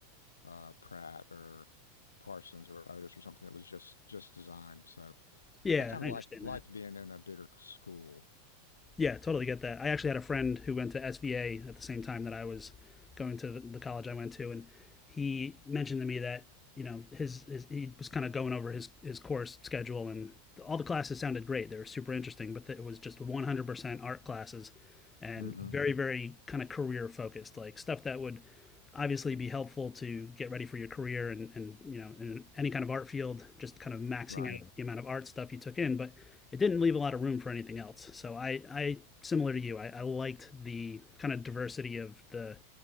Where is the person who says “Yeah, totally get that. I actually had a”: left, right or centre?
Left